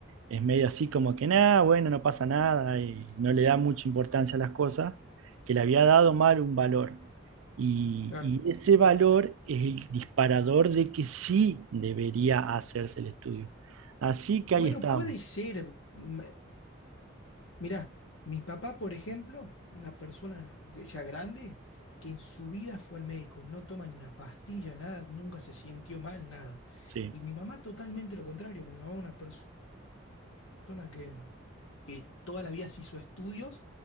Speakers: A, on the right; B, on the left.
A: es medio así como que nada, bueno, no pasa nada, y no le da mucha importancia a las cosas, que le había dado mal un valor. Y,
B: claro.
A: y ese valor es el disparador de que sí debería hacerse el estudio. Así que
B: Bueno,
A: ahí estamos.
B: puede ser. mm, Mirá, mi papá, por ejemplo, una persona que- ya grande, que en su vida fue al médico, no toma ni una pastilla, nada, nunca se sintió mal, nada.
A: Sí,
B: Y mi mamá totalmente lo contrario, mi mamá una perso- persona que, que toda la vida se hizo estudios